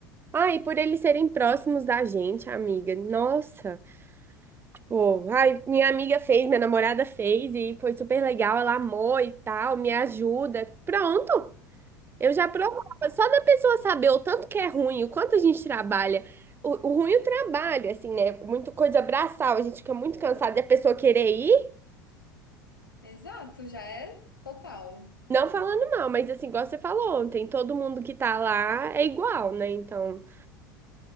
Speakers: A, on the right (about 20°); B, on the left (about 85°).
A: Ah, e por eles serem próximos da gente, amiga. Nossa, tipo, ai, minha amiga fez, minha namorada fez e foi super legal, ela amou e tal, me ajuda. Pronto, eu já provava. Só da pessoa saber o tanto que é ruim, o quanto a gente trabalha. O, o ruim é o trabalho, assim, né? Muita coisa braçal, a gente fica muito cansado e a pessoa querer ir,
B: Exato, já é total.
A: não falando mal, mas assim, igual você falou ontem, todo mundo que tá lá é igual, né? Então,